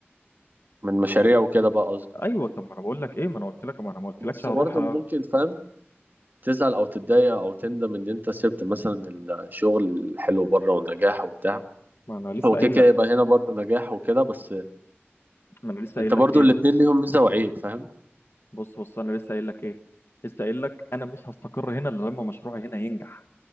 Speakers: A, on the right; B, on the left.
A: من مشاريع وكده بقى قصدي
B: ايوه طب ما انا بقول لك ايه ما انا قلت لك ما انا ما قلتلكش
A: بس
B: هروح
A: برضه
B: أ-
A: ممكن فاهم تزعل او تتضايق او تندم ان انت سبت مثلا الشغل الحلو بره والنجاح وبتاع
B: ما انا لسه
A: هو كده
B: قايل
A: كده
B: لك
A: يبقى هنا برضه نجاح وكده بس
B: ما انا لسه
A: انت
B: قايل
A: برضه
B: لك ايه
A: الاتنين ليهم ميزة وعيب فاهم
B: بص بص انا لسه قايل لك ايه لسه قايل لك انا مش هستقر هنا الا لما مشروعي هنا ينجح